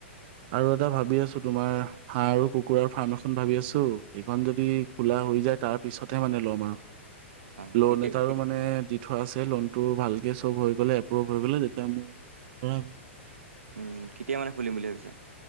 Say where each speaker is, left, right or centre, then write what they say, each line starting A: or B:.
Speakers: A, on the right (about 50°); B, on the right (about 90°).
A: আৰু এটা ভাবি আছো তোমাৰ হাঁহ আৰু কুকুৰাৰ ফাৰ্ম এখন ভাবি আছো, এইখন যদি খোলা হৈ যায় তাৰ পিছতহে মানে ল'ম আৰু।
B: অ
A: লোন
B: কেতিয়া
A: এটাৰো
B: কেত-
A: মানে থ আছে লোনটো ভালকে চব হৈ গ'লে এপ্ৰভ হৈ গ'লে তেতিয়া মোৰ ধৰা
B: উম, কেতিয়া মানে খুলিম বুলি ভাবিছা